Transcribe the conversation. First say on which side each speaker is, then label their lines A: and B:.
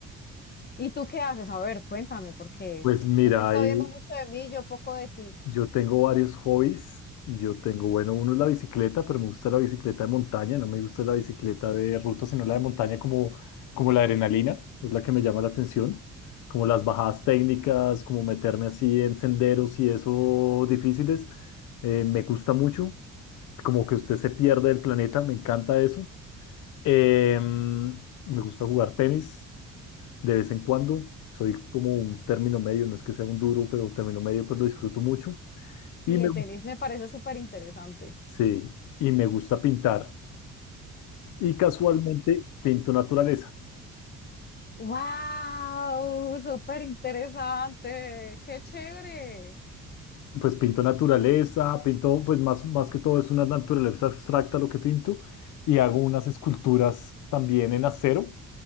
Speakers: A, on the left; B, on the left.
A: ¿Y tú qué haces? A ver, cuéntame, porque
B: Pues mira,
A: estás
B: hay,
A: sabiendo mucho de mí, yo poco de ti.
B: Yo tengo varios hobbies. Yo tengo, bueno, uno es la bicicleta, pero me gusta la bicicleta de montaña. No me gusta la bicicleta de ruta, sino la de montaña como, como la adrenalina. Es la que me llama la atención. Como las bajadas técnicas, como meterme así en senderos y eso difíciles. eh, me gusta mucho. Como que usted se pierde del planeta. Me encanta eso. Em, me gusta jugar tenis de vez en cuando. Soy como un término medio. No es que sea un duro, pero término medio, pero lo disfruto mucho. Y
A: Y
B: me
A: el
B: gusta
A: tenis me parece súper interesante.
B: Sí, y me gusta pintar. Y casualmente pinto naturaleza.
A: ¡Wow! Súper interesante. ¡Qué chévere!
B: Pues pinto naturaleza, pinto, pues más, más que todo es una naturaleza abstracta lo que pinto y hago unas esculturas también en acero.